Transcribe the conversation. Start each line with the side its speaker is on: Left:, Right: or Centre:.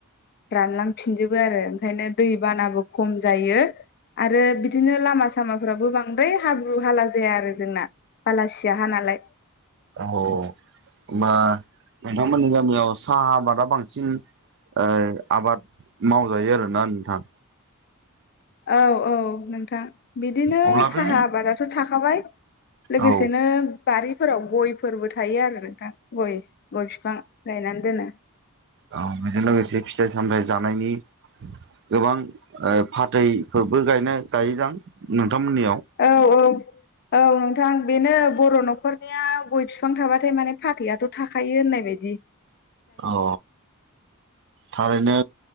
Left: रानलांफिनजोबो आरो ओंखायनो दै बानाबो खम जायो आरो बिदिनो लामा सामाफ्राबो बांद्राय हाब्रु हाला जाया आरो जोंना बालासिया हा नालाय
Right: औ होमबा नोंथांमोननि गामियाव सा आबादा बांसिन ओ आबाद मावजायो आरोना नोंथां
Left: औ औ नोंथां बिदिनो
Right: अब्ला
Left: साहा
Right: बे
Left: आबादाथ' थाखाबाय लोगोसेनो
Right: औ
Left: बारिफोराव गयफोरबो थायो आरो बिफां गय गय बिफां गायनानै दोनो
Right: औ बेजों लोगोसे फिथाइ सामथाइ जानायनि गोबां फाथैफोरबो गायनो जायोजां नु नोंथांमोनियाव
Left: औ औ औ नोंथां बेनो बर' न'खरनिया गय बिफां थाबाथाय माने फाथैआथ' थाखायो होननाय बादि
Right: अ थारैनो